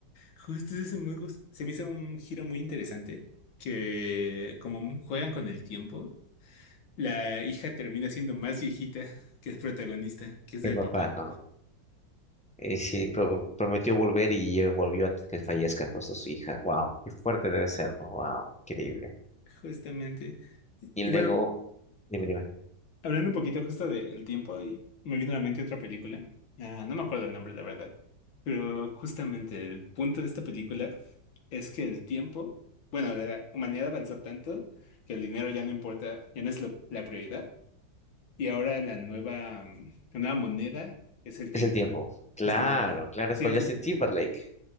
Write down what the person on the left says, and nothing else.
Justo ese me gus- se me hizo un giro muy interesante, que como mu- juegan con el tiempo, la hija termina siendo más viejita <laughs> que el protagonista, que es
el
papá,
justamente.
Y
bueno,
hablando un poquito justo del tiempo, y me vino a la mente otra película, Ah, no me acuerdo el nombre, la verdad, pero justamente el punto de esta película es que el tiempo, bueno, la humanidad avanzó tanto que el dinero ya no importa, ya no es lo- la prioridad. Y ahora la nueva, mm, la nueva moneda es el tiempo,
justamente.
Sí,
has
vi-